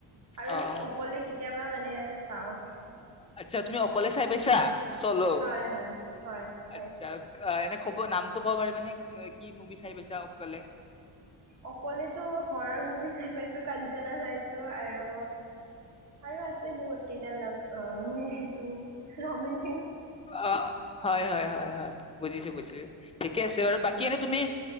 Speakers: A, on the right; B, on the left.
A: আৰু এনে
B: অ',
A: অকলে কেতিয়াবা মানে চও
B: আচ্ছা তুমি অকলে চাই পাইছা চল
A: হয় হয় হয় চাইছো
B: আচছা এনে ক'ব নামতটো ক'ব পাৰিবা নে কি মুভি চাই পাইছা অকলে
A: অকলেতো ঘৰৰ বমি চাই পাইছো কাঞ্চনা চাইছো আৰু আৰু আছে বহুত কেইটা অলপ অ মানে সেইটো ৰমন
B: অ হয় হয় হয় হয় বুজিছো বুজিছো ঠিকে আছে বাৰু বাকী এনে তুমি